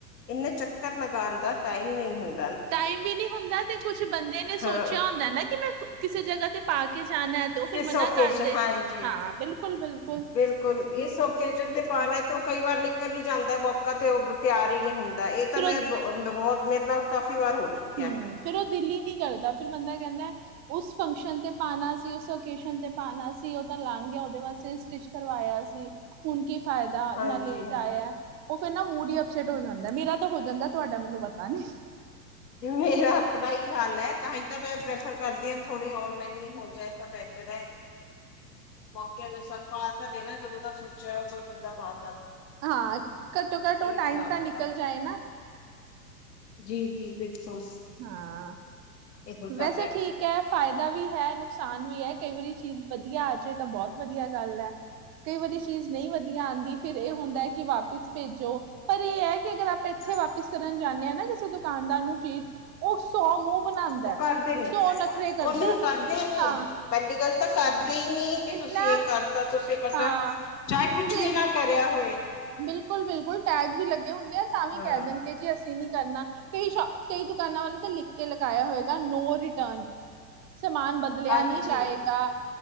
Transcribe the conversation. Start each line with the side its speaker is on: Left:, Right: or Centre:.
Left: ਇੰਨੇ ਚੱਕਰ ਲਗਾਉਣਦਾ ਟਾਈਮ ਨਹੀਂ ਹੋਈ
Right: ਟਾਈਮ ਵੀ ਨਹੀਂੀ ਹੁੰਦਾ ਤੇ ਕੁਛ ਬੰਦੇ ਨੇ ਸੋਚਿਆ
Left: ਹਾਂ
Right: ਹੁੰਦਾ ਨਾ ਕਿ ਮੈਂ ਕਿਸੇ ਜਗ੍ਹਾ ਤੇ ਪਾ ਕੇ ਜਾਣਾ ਤੇ ਉਹ
Left: ਕਿਸ
Right: ਫਿਰ ਮਨਾ
Left: ਓਕੇਜ
Right: ਕਰਦੇ
Left: ਹਾਂਜੀ।
Right: ਹਾਂ ਬਿਲਕੁਲ ਬਿਲਕੁਲ
Left: ਬਿਲਕੁਲ ਇਸ ਓਕੇਜਨ ਤੇ ਪਾਉਣਾ ਤੇ ਉਹ ਕਈ ਵਾਰ ਨਿਕਲ ਹੀ ਜਾਂਦਾ ਮੌਕਾ ਤੇ ਉਹ ਤਿਆਰ ਹੀ ਨਹੀਂ ਹੁੰਦਾ ਇਹ ਤਾਂ
Right: ਫਿਰ
Left: ਮੈਂ ਬਹੁਤ ਮੇਰੇ ਨਾਲ ਕਾਫ਼ੀ ਵਾਰ ਹੋ ਚੁੱਕਿਆ।
Right: ਹਮ ਫੇਿਰ ਉਹ ਦਿੱਲੀ ਨੀ ਕਰਦਾ ਫੇਿਰ ਬੰਦਾ ਕਹਿੰ ਉਸ ਫੰਕਸ਼ਨ ਤੇ ਪਾਉਣਾ ਸੀ ਉਸ ਓਕੇਜਨ ਤੇ ਪਾਉਣਾ ਸੀ ਉਹ ਤਾਂ ਲਾਂਗ ਗਿਆ ਉਹਦੇ ਵਾਸਤੇ ਸਟਿਚ ਕਰਵਾਇਆ ਸੀ ਹੁਣ ਕੀ ਫਾਇਦਾ
Left: ਹਾਂਜੀ
Right: ਇੰਨਾ ਲੇਟ
Left: ਹਾਂਜੀ
Right: ਆਇਆ ਉਹ ਫੇਿਰ ਨਾ ਮੂਡ ਹੀ ਅਪਸੈਟ ਹੋ ਜਾਂਦਾ ਮੇਰਾ ਤਾਂ ਹੋ ਜਾਂਦਾ ਤੁਹਾਡਾ ਮੈਨੂੰ ਪਤਾ ਨੀ
Left: ਮੇਰਾ ਆਪਣਾ ਹੀ ਹਾਲ ਹੈ ਤਾਂ ਤਾਂ ਮੈਂ ਪ੍ਰੈਫਰ ਕਰਦੀ ਹਾਂ ੋੜੀ ਔਨਲਾਈਨ ਹੀ ਹੋ ਜਾਏ ਤਾਂ ਬੇਹਤਰ ਹੈ ਮੌਕ ਜੋ ਸਭ ਆਤਾ ਲੈ ਨਾ ਜ ਬ ਸੋਚਿਆ ਹੋਗਾ ਬਦਾ ਬਾ
Right: ਹਾਂ ਘੱਟੋ ਘੱਟ ਉਹ ਟਾਈਮ
Left: ਖਰਾਬ
Right: ਤਾਂ ਨਿਕਲ
Left: ਦੇਗਾ
Right: ਜਾਏ ਨਾ
Left: ਜੀ ਜੀ ਬਿਲਕੁਲ
Right: ਹਾਂ
Left: ਇਹੋ ਸਭ
Right: ਵੈਸੇ ਠੀਕ ਹੈ ਫਾਇਦਾ ਵੀ ਹੈ ਨੁਕਸ ਨੁਕਸਾਨ ਵੀ ਹੈ ਕਈ ਵਾਰੀ ਚੀਜ਼ ਵਧੀਆ ਆ ਜਾੇ ਤਾਂ ਬਹੁਤ ਵਧੀਆ ਗੱਲ ਹੈ ਕਈ ਵਾਰੀ ਚੀਜ਼ ਨਹੀਂ ਵਧੀਆ ਆਉਂਦੀ ਫਿਰ ਇਹ ਹੁੰਦਾ ਹੈ ਕਿ ਵਾਪਿਸ ਭੇਜੋ ਪਰ ਇਹ ਹੈ ਕਿ ਅਗਰ ਆਪਾਂ ਇੱਥੇ
Left: ਹਾਂ
Right: ਵਾਪਿਸ ਕਰਨ ਜਾਂਦੇ ਹਨ ਨਾ ਕਿਸੇ ਦੁਕਾਨਦਾਰ ਨੂੰ ਚੀਜ਼ ਉਹ ਸੌ ਮੂੰਹ ਬਣਾਉਂਦਾ
Left: ਉਹ
Right: ਹੈ
Left: ਕਰਦੇ ਨੀ
Right: ਸੌ ਨਖਰੇ ਕਰਦਾ
Left: ਉਹ ਨਹੀਂ ਕਰਦੇ ਨੀ
Right: ਹਾਂ
Left: ਪਹਿ ਗੱਲ ਤਾਂ ਕਰ ਕਈ ਨਹੀਂੀ ਕਿ
Right: ਇੰਨਾ
Left: ਤੁਸੀਂ ਇਹ ਕਰਤਾ ਤੁਸੀਂ ਕਰਤਾ
Right: ਹਾਂ
Left: ਚਾਹੇ ਕੁਛ
Right: ਤੇ
Left: ਵੀ ਨਾ ਕਰਿਆ ਹੋਏ
Right: ਬਿਲਕੁਲ ਬਿਲਕੁਲ ਟੈਗ ਵੀ ਲੱਗ ਹੁੰਦੇ ਆ ਤਾਂ ਵੀ
Left: ਹਾਂ
Right: ਕਹਿ ਦੇਣਗੇ ਜੀ ਅਸੀਂ ਨੀ ਕਰਨਾ ਕਈ ਸ਼ ਕਈ ਦੁਕਾਨਾਂ ਵੱਲੋਂ ਤਾਂ ਲਿਖ ਕੇ ਲਗਾਇਆ ਹੋਏਆ ਨੋ ਰੇਤੁਰਨ ਸਮਾਨ ਬਦਲਿਆ
Left: ਹਾਂਜੀ
Right: ਨਹੀਂੀ ਜਾਏਗਾ